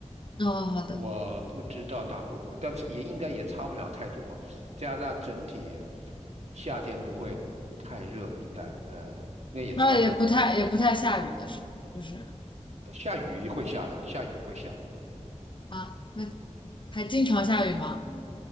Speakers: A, on the left; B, on the right.
A: 哦，好的，
B: 我不知道大瀑布，但是也应该也差不了太多。加拿大整体夏天不会太热，应该呃，应该也差不了太多。
A: 那也不太也不太下雨的是吧？就是
B: 下雨会下呀，下雨会下。
A: 啊，那还经常下雨吗？